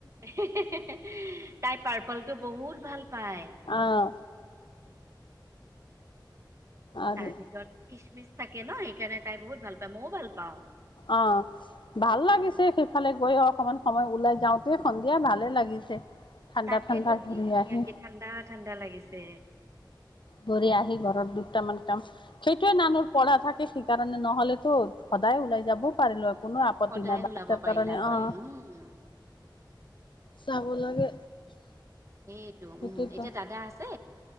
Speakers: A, on the right; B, on the left.
A: <unintelligible> তাই পাৰ্পলটো বহুত ভাল পায়।
B: অ', আৰু
A: তাৰ ভিতৰত খিচমিচ থাকে ন, সেইকাৰণে তাই বহুত ভাল পায় মইও ভাল পাওঁ।
B: অ, ভাল
A: অংকুৰেও
B: লাগিছে
A: ভাল
B: সেইফালে
A: পায়।
B: গৈ অকমান সময় ওলাই। যাওঁতে সন্ধিয়া ভালে লাগিছে। ঠাণ্ডা
A: তাকেতো
B: ঠাণ্ডা ঘূৰি
A: কি ধুনীয়াকে
B: আহি
A: ঠাণ্ডা, ঠাণ্ডা লাগিছে।
B: ঘৰি আহি ঘৰত দুটামান সেইটোৱে নানুৰ পঢ়া থাকে সেইকাৰণে নহলেতো সদায় ওলাই যাবও পাৰিলো। কোনো আপত্তি
A: সদায়
B: নাই
A: ওলাব
B: বাচ্ছাৰ
A: পাৰিলা
B: কাৰণে
A: হয়
B: আহ।
A: উম
B: চাব লাগে।
A: সেইটো
B: সেইটতো
A: উম এতিয়া দাদা আছে